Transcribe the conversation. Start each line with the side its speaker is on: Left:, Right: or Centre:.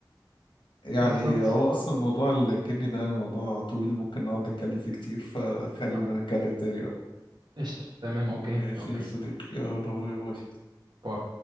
Left: يعني
Right: بالظبط
Left: هو اصلا موضوع الجني ده يعني موضوع طويل ممكن نقعد نتكلم فيه كتير فخلينا
Right: آه،
Left: نتكلم تاني بقى.
Right: قشطة تمام اوكي
Left: ماشي
Right: اوكي
Left: يا صديقي يلا باي باي
Right: باي